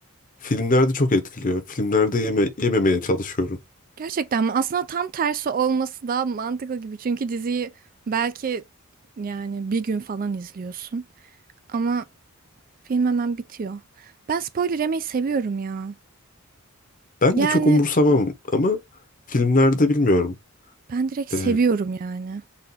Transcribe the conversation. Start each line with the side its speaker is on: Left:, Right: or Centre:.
Left: Filmlerde çok etkiliyor. Filmlerde yeme, yememeye çalışıyorum.
Right: Gerçekten mi? Aslında tam tersi olması daha mantıklı gibi. Çünkü diziyi belki yani bir gün falan izliyorsun. Ama Film hemen bitiyor. Ben spoiler yemeyi seviyorum ya.
Left: Ben
Right: Yani
Left: de çok umursamam ama filmlerde bilmiyorum.
Right: ben direkt seviyorum
Left: Ee,
Right: yani.